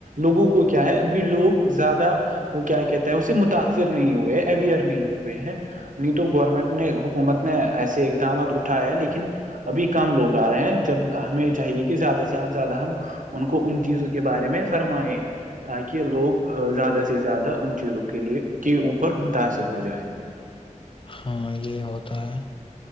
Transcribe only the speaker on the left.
ہاں یہ ہوتا ہے